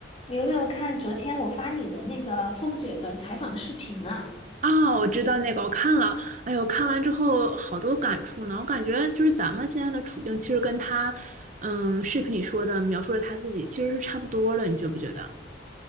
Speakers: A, on the left (about 30°); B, on the right (about 45°).
A: 你有没有看昨天我发你的那个凤姐的采访视频啊？
B: 啊，我知道那个，我看了，哎呦，看完之后好多感触呢。我感觉就是咱们现在的处境，其实跟他，嗯，视频里说的描述的他自己其实是差不多的，你觉不觉得？